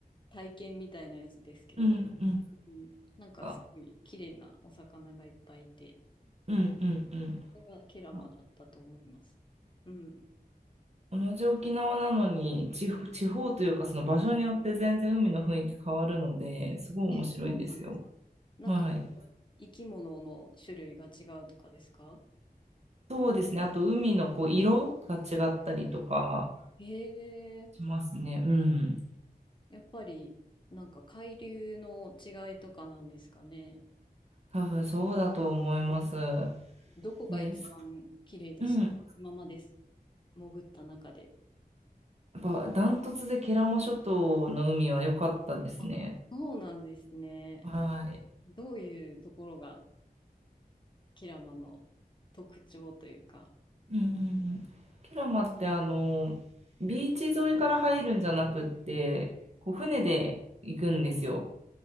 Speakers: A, on the left (about 30°); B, on the right (about 45°).
A: 体験みたいなやつですけど。
B: うんうん。
A: うん。なんかすごい綺麗なお魚がいっぱいいて、
B: あうんうんうん。
A: それがケラマだったと思います。
B: あ
A: うん。
B: 同じ沖縄なのに地方、地方というかその場所によって全然海の雰囲気変わるので、すごい面白いですよ。
A: え、そうなんですなんか、
B: はい。
A: 生き物の種類が違うとかですか
B: そうですね。あと、海のこう色が違ったりとか
A: へえ。
B: しますね。うん。
A: やっぱり、なんか海流の違いとかなんですかね。
B: 多分そうだと思います。
A: どこが一番綺麗でした今まで
B: です。うん。や
A: 潜った中で。
B: っぱ、ダントツでケラマ諸島の海は良かったですね。
A: あ、そうなんですね。
B: はい。
A: どういうところがキラマの特徴というか、
B: うんうんうん。ケラマって、あの、ビーチ沿いから入るんじゃなくって、こう船で行くんですよ。